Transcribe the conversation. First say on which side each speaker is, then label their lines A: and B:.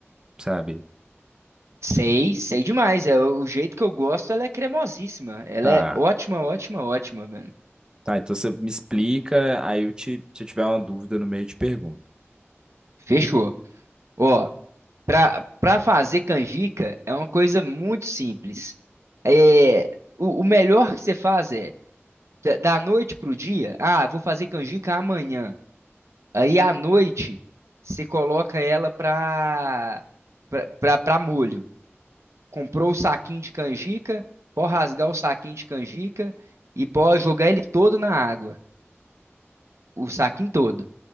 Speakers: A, on the right; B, on the right.
A: sabe?
B: sei, sei demais. É o jeito que eu gosto, ela é cremosíssima. Ela
A: Tá,
B: é ótima, ótima, ótima, mano.
A: tá. Então você me explica, aí eu te, se eu tiver uma dúvida no meio, eu te pergunto.
B: Fechou. Ó, Para para fazer canjica é uma coisa muito simples. É, o, o melhor que você faz é da, da noite pro dia. Ah, vou fazer canjica amanhã. Aí à noite você coloca ela pra para para molho. Comprou o saquinho de canjica, pode rasgar o saquinho de canjica e pode jogar ele todo na água, o saquinho todo.